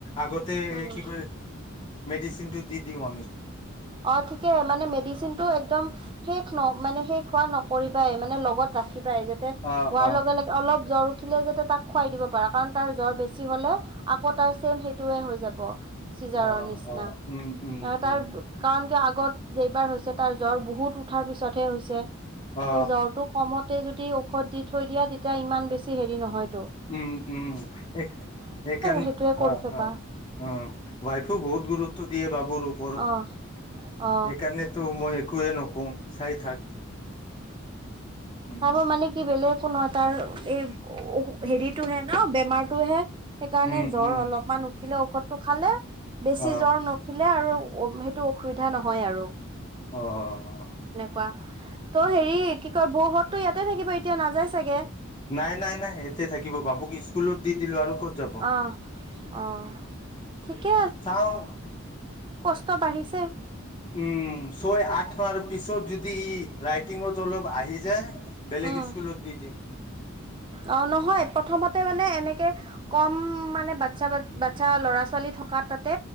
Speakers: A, on the left; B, on the right.
A: আগতে
B: উম
A: কি কয় মেডিচিনটো দি দিওঁ আমি।
B: অ ঠিকে মানে মেডিচিন টো একদম শেষ ন মানে শেষ হোৱা নক কৰিবাই মানে লগত ৰাখিব যাতে
A: অ
B: হোৱাৰ
A: অ
B: লগে লগে অলপ জ্বৰ উঠিলে যাতে তাক খুৱাই দিব পাৰা কাৰণ তাৰ জ্বৰ বেছি হলে আকৌ তাৰ ছেম সেইটোয়ে হৈ যাব। চিজাৰৰ
A: অ-অ,
B: নিচিনা
A: উম-উম-উম।
B: তাৰ কাৰণ কিয় আগত যেইবাৰ হৈছে তাৰ জ্বৰ বহুত উঠাৰ পিছতহে হৈছে। ত'
A: অ
B: জ্বৰটো কমত যদি ঔষধ দি থৈ দিয়া তেতিয়া ইমান বেছি হেৰি নহয়।
A: উম-উম, সেকাৰ
B: সেইটোৱে কৰি
A: অ-অ,
B: থবা
A: উ ৱাইফও বহুত গুৰুত্ব দিয়ে বাবুৰ ওপৰত।
B: অ
A: সেইকাৰণে
B: অ
A: তো মই একোৱেই নকওঁ। চাই থাক। উম
B: চাব মানে কি বেলেগ কোনো এটা এই হেৰিতটোহে ন, বেমাৰটোহে সেইকাৰণে
A: উম
B: জ্বৰ
A: উম
B: অলপমান উঠিলেও ৰতটো খালে বেছি
A: অ
B: জ্বৰ নুঠিলে আৰু অ সেইটো অসুবিধা নহয় আৰু।
A: অঁ-অঁ-অঁ।
B: কোৱা, তৌ হেৰি কি কয় বহুত তো ইয়াতে থাকিব। এতিয়া নাযায় চাগে?
A: নাই নাই নাই এতে থাকিব বাবুক স্কুলত দি দিলো আৰু ক'ত যাব
B: অ অ ঠিকে
A: চাওঁ?
B: ত বাঢ়িছে।
A: উম ছয় আঠ ন পিছ ত যদি ৰাইটিঙত অলপ আহি যায় বেলেগ
B: উম
A: স্কুলত দি দিম।
B: অ নহয় প্ৰথমতে মানে এনেকে কম মানে বাচ্ছা বাচ্ছা লৰা ছোৱালী থকা তাতে